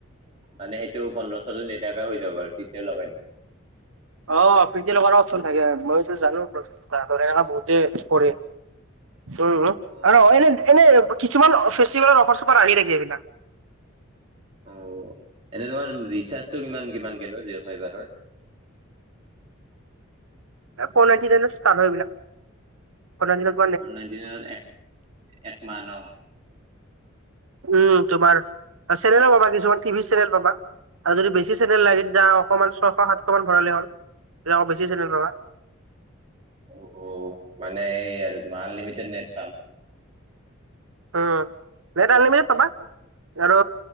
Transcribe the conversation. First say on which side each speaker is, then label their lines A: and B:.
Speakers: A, on the right; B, on the right.
A: মানে সেইটো পোন্ধৰশ নেদাকে হৈ যাব আৰু ফ্ৰিটে লগাই দিব।
B: অঁ ফ্ৰিটে লগাৰো অপচন থাকে, মইতো জানো প্ৰচেছটা, এনেকা বহুতেই কৰে। উম
A: অ
B: আৰু
A: অ
B: এনে এনে কিছুমান ফেষ্টিভেলৰ অফাৰ চফাৰ আহি থাকি এইবিলাক।
A: অঁ এনেই তোমাৰ ৰিচাৰ্জটো কিমান কিমান কে লয় জিঅ' ফাইভাৰৰ?
B: ফৰ নাইন্টি নাইনত ষ্টাৰ্ট হয় এই বিলাক। পুৰণা দিনত-
A: ফৰ নাইন্টি নাইনত এক মাহ ন।
B: উম তোমাৰ চেনেলো পাবা কিছুমান টিভি চেনেল পাবা আৰু যদি বেছি- বেছি চেনেল লাগি তেতিয়া অকণমান ছয়শ, সাতশ মান ভৰালে হল তেতিয়া বেছি চেনেল পাবা।
A: অঁ অঁ মানে এই আৰু তোমাৰ আনলিমিটেড নেট পাম।
B: উম নেট আনলিমিটেড পাবা আৰু